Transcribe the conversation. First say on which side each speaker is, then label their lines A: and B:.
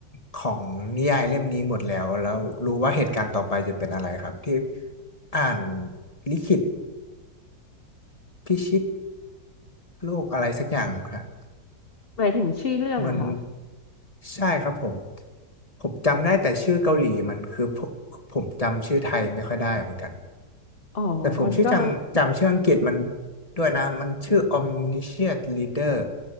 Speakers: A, on the left (about 20°); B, on the left (about 35°).
A: ของนิยายเล่มนี้หมดแล้วแล้วรู้ว่าเหตุการณ์ต่อไปจะเป็นอะไรครับที่อ่านลิขิตพิชิตโลกอะไรสักอย่างครับ
B: หมายถึงชื่อเรื่องอะคะ
A: เหมือนใช่ครับผมผมจำได้แต่ชื่อเกาหลีมันคือผมผมจำชื่อไทยไม่ค่อยได้เหมือนกัน
B: อ๋อมันก็
A: แต่ผมชื่อจำจำชื่ออังกฤษมันด้วยนะมันชื่อ Omniscient Leader